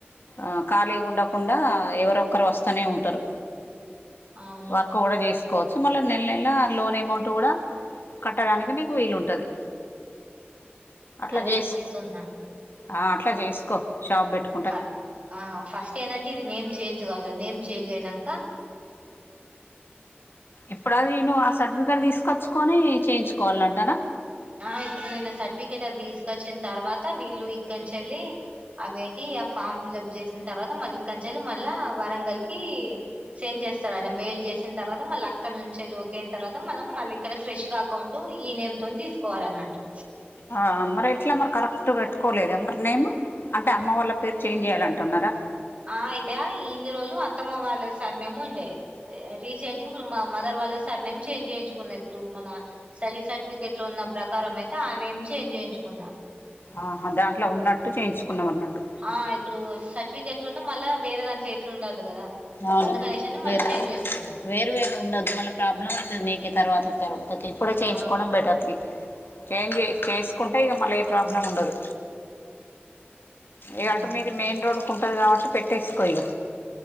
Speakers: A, on the left; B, on the right.
A: ఆ ఖాళీగా ఉండకుండా ఎవరొక్కరు వస్తనే ఉంటారు
B: అవును
A: వర్క్ కూడా చేసుకోవచ్చు మళ్ళీ నెల నెల లోన్ అమౌంట్ కూడా కట్టడానికి నీకు వీలుంటది అట్లా
B: అదే
A: చేస్
B: జూస్తున్నా.
A: ఆ అట్లా చేసుకో షాప్ పెట్టు
B: ఫ ఆ ఫస్ట్ ఏందంటే ఇది నేమ్ చేంజ్ గాలే నేమ్ చేంజ్ అయినాక
A: ఎప్పుడదిను ఆ సర్టిఫికేట్ తీసుకొచ్కొని చేయించుకోవాలంటనా
B: ఆ ఇప్పుడు నేను సర్టిఫికేట్ అది తీసుకొచ్చిన తర్వాత వీళ్ళు ఇక్కన్చెల్లి అవేంటి ఆ ఫామ్ ఫిల్ప్ చేసిన తర్వాత మళ్ళీ ఇక్కన్చెలు మళ్ళా వరంగల్కి చెంచ్ చేస్తారయితే మెయిల్ చేసిన తరువాత మళ్ళ అక్కడ నుంచి వెళ్లి ఓకే అయిన తర్వాత మనం మళ్ళీ ఇక్కడ ఫ్రెష్గ ఎకౌంటూ ఈ నేమ్తో తీసుకోవాలన్నట్టు
A: ఆ మరి ఎట్లా మరి కరెక్ట్ పెట్టుకోలేద మరి నేమ్ అంటే అమ్మ వాళ్ళ పేరు చేంజ్ చేయాల అంటున్నార
B: ఆ అయితే ఇన్ని రోజులు మా అత్తమ్మ వాళ్ళే సర్నేమ్ ఉండే రీసెంట్గ ఇప్పుడు మా మదర్ వాళ్ళ సర్నేమ్ చేంజ్ చేయించుకున్నా ఇప్పుడు మన స్టడీ సర్టిఫికేట్లు ఉన్న ప్రకారం అయితే ఆ నేమ్ చేంజ్ చేయించుకున్నా
A: ఆహా దాంట్లో ఉన్నట్టు చేయించుకున్న ఉన్నట్టు
B: ఆ ఇప్పుడు సర్టిఫికెట్లు ఉన్న మళ్ళా వేరే దాంట్లో ఎట్లు ఉండదు కదా
A: అవును
B: అందుకనేసని మళ్ళీ
A: వేర్వే
B: చేంజ్ చేసుకున్నా
A: వేరు వేరు ఉండద్దు మళ్ళ ప్రాబ్లం అవుతది నీకే తర్వాత తర్వాత ఇప్పుడే చేయించుకోవడం
B: ఆ
A: బెటర్ త్రి చేంజ్ చే చేసుకుంటే ఇగ మళ్ళీ ఏ ప్రాబ్లం ఉండదు ఇ
B: ఉమ్
A: అటు మీది మెయిన్ రోడ్కి ఉంటుంది కాబట్టి పెట్టేసుకో ఇగ